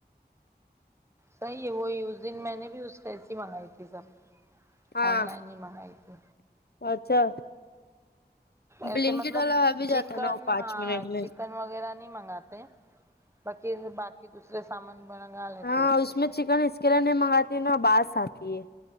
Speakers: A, on the right; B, on the left.
A: صحیح وہی اس دن میں نے بھی اس کیسی منگائی تھی سر
B: ہاں
A: آن لائن ہی منگائی تھی
B: اچھا
A: ایسے
B: بلنکٹ
A: مطلب
B: والا آ بھی جاتا
A: چکن
B: ہے نا وہ پانچ
A: ہاں
B: منٹ میں
A: چکن وغیرہ نہیں منگاتے باقی کہ دوسرے سامان بنگا لیتے
B: ہاں
A: اس سے
B: میں چکن اس کے لیے نہیں منگاتی نا باس آتی ہے